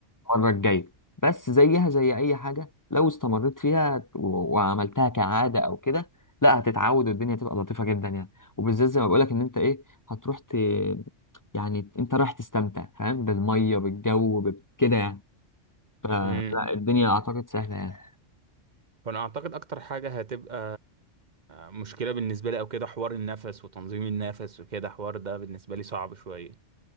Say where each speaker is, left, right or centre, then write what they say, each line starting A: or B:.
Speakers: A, on the left; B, on the right.
A: المره الجايه بس زيها زي اي حاجه لو استمريت فيها و- وعملتها كعاده او كده لا هتتعود والدنيا تبقى لطيفه جدا يعني وبالذات زي ما بقولك ان انت ايه هتروح ت... يعني انت رايح تستمتع فاهم بالميه بالجو بال- كده يعني فلا
B: امم
A: الدنيا اعتقد سهله يعني
B: فانا اعتقد اكتر حاجه هتبقى مشكله بالنسبه لي او كده حوار النفس وتنظيم النفس وكده حوار ده بالنسبه لي صعب شويه